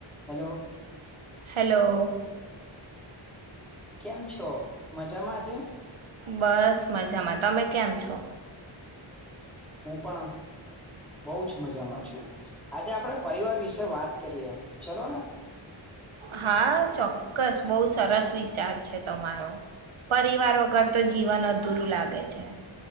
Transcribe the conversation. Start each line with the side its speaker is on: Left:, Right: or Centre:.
Centre: Hello.
Right: Hello.
Centre: કેમ છો મજામાં આજે.
Right: બસ મજામાં તમે કેમ છો.
Centre: હું પણ બહું જ મજામાં છું આજે આપડે પરિવાર વિશે વાત કરીએ ચલો ને.
Right: હા ચોક્કસ બહુ સરસ વિચાર છે તમારો પરિવાર વગર તો જીવન અધૂરું લાગે છે.